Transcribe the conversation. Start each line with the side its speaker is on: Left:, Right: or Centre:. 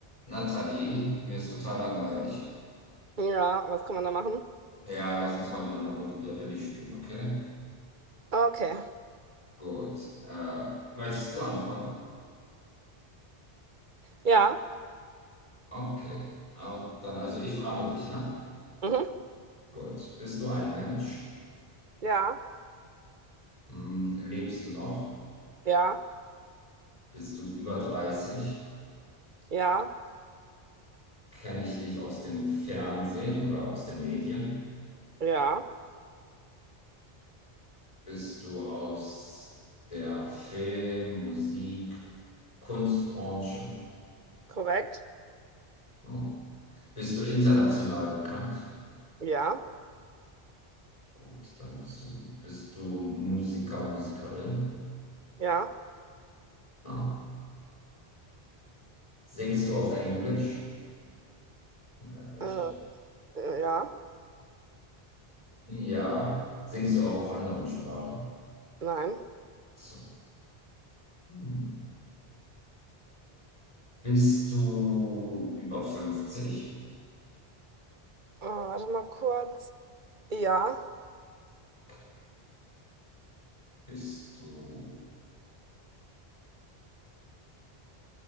Left: Nathalie, mir ist total langweilig.
Right: Ja, was kann man da machen?
Left: Ja, lass uns mal wieder eine Runde Wer bin ich spielen, okay?
Right: Okay.
Left: Gut. Äh, möchtest du anfangen?
Right: Ja.
Left: Okay. Au, dann, also ich frage dich, ja?
Right: Mhm.
Left: Gut. Bist du ein Mensch?
Right: Ja.
Left: Hm, lebst du noch?
Right: Ja.
Left: Bist du über 30?
Right: Ja.
Left: Kenne ich dich aus dem Fernsehen oder aus den Medien?
Right: Ja.
Left: Bist du aus der Film-, Musik-, Kunstbranche?
Right: Korrekt.
Left: Oh. Bist du international bekannt?
Right: Ja.
Left: Gut, dann bist du, bist du Musiker, Musikerin.
Right: Ja.
Left: Ah. Singst du auf Englisch? Naja, welche
Right: Äh,
Left: nicht?
Right: äh, ja.
Left: Ja. Singst du auch auf anderen Sprachen?
Right: Nein.
Left: Ach so. Hm. Bist du über fünfzig?
Right: Oh, warte mal kurz. Ja.
Left: Okay. Bist du,